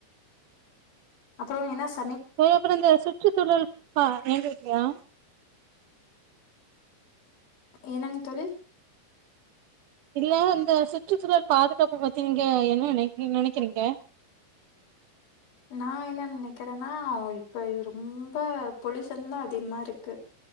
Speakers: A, on the left (about 80°); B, on the right (about 85°).
A: அப்றோ என்னச்
B: <unintelligible> இந்த சுற்றுசூழல் பா எங்க இருக்கயா
A: என்னங் தோழி
B: இல்ல இந்த சுற்றுச்சூழல் பாதுகாப்பு பத்தி நீங்க என்ன நெனைக் நெனைக்கிறீங்க
A: நா என்ன நெனைக்கிறேன்னா இப்ப ரொம்ப பொலிசன்தா அதிகமா இருக்கு